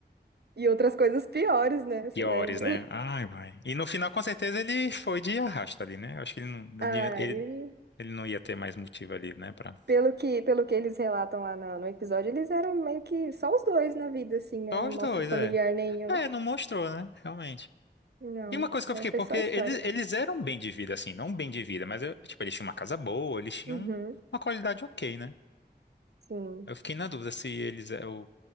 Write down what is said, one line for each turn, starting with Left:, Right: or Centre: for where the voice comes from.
Right: E outras coisas piores, né? Você
Left: Piores,
Right: lembra?
Left: né? Ai, vai. E no final, com certeza, ele foi de arrasta ali, né? Eu Acho que ele não.
Right: Ah,
Left: Ele,
Right: e
Left: Ele não ia ter mais motivo ali, né, pra...
Right: pelo que, pelo que eles relatam lá no, no episódio, eles eram meio que só os dois na vida, assim, né?
Left: Só
Right: Não
Left: os
Right: mostra
Left: dois,
Right: familiar
Left: é.
Right: nenhum.
Left: É, não mostrou, né, realmente.
Right: Não,
Left: E uma coisa que eu
Right: é,
Left: fiquei,
Right: foi
Left: porque
Right: só
Left: eles,
Right: história.
Left: eles eram bem de vida, assim, não bem de vida, mas, eu- tipo, eles tinham uma casa boa, eles tinham
Right: Uhum,
Left: uma qualidade ok, né?
Right: sim,
Left: Eu fiquei na dúvida se eles, é, o